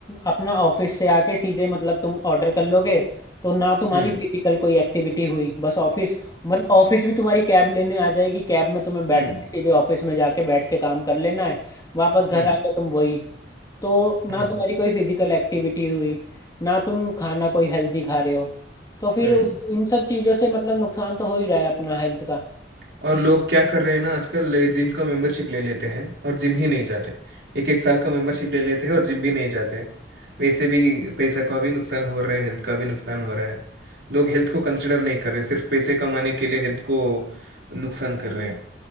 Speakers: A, on the left; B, on the right.
A: अपना ऑफिस से आके सीधे मतलब तुम ऑर्डर कर लोगे तो ना तुम्हारी
B: हम्म
A: फिजिकल कोई एक्टिविटी हुई बस ऑफिस मतलब ऑफिस भी तुम्हारी कैब लेने आ जाएगी कैब में तुम्हें बैठना
B: हम्म
A: है सीधे ऑफिस में जाके बैठ के काम कर लेना है वापस घर
B: हम्म
A: आके तुम वही तो ना
B: हम्म
A: तुम्हारी कोई फिजिकल एक्टिविटी हुई ना तुम खाना कोई हेल्दी खा रहे हो तो फिर
B: हम्म
A: उस- इन सब चीज़ों से मतलब नुकसान तो हो ही रहा है अपना हेल्थ का
B: और लोग क्या कर रहे हैं ना आजकल जिम का मेंबरशिप ले लेते हैं और जिम ही नहीं जाते एक एक साल का मेंबरशिप ले लेते हैं और जिम भी नहीं जाते वैसे भी पैसा का भी नुकसान हो रहा है हेल्थ का भी नुकसान हो रहा है लोग हेल्थ को कंसिडर नहीं कर रहे सिर्फ पैसे कमाने के लिए हेल्थ को नुकसान कर रहे हैं